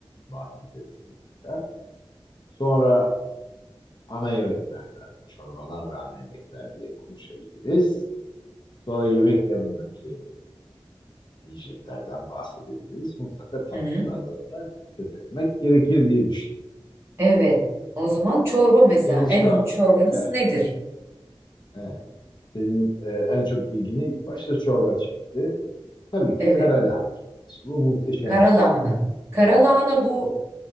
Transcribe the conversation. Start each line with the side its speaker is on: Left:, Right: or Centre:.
Left: bahsederiz mutlaka. Sonra ana yemeklerden, çorbalar ve ana yemekler diye konuşabiliriz. Sonra yemek yanındaki yiyeceklerden bahsedebiliriz. Mutlaka tatlılardan
Right: Hı hı.
Left: da söz etmek gerekir diye düşünüyorum.
Right: Evet. O zaman çorba mesela.
Left: Senin şu
Right: En ünlü
Left: an,
Right: çorbanız
Left: evet.
Right: nedir?
Left: Evet. Senin e, en çok ilgini ilk başta çorba çekti. Tabii ki
Right: Evet.
Left: kara lahana çorbası. Bu muhteşem
Right: Kara
Left: bir şey.
Right: lahana. Kara lahana bu